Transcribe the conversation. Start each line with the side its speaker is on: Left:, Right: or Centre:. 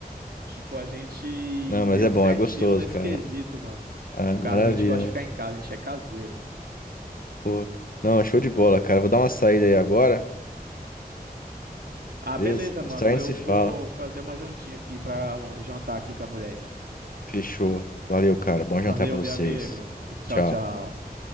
Right: Tipo, a gente
Left: Não, mas
Right: deu
Left: é bom,
Right: certinho
Left: é gostoso,
Right: nesse
Left: cara.
Right: quesito, mano.
Left: Ah, maravilha,
Right: Cara, a gente gosta de ficar
Left: né?
Right: em casa, a gente é caseiro.
Left: Pô. Não, show de bola, cara. Vou dar uma saída aí agora,
Right: Ah,
Left: beleza?
Right: beleza,
Left: Mais
Right: mano.
Left: tarde a
Right: Eu
Left: gente se fala.
Right: vou fazer uma jantinha aqui pra jantar aqui com a mulher.
Left: Fechou. Valeu, cara. Bom
Right: Valeu,
Left: jantar pra vocês.
Right: meu amigo. Tchau,
Left: Tchau.
Right: tchau.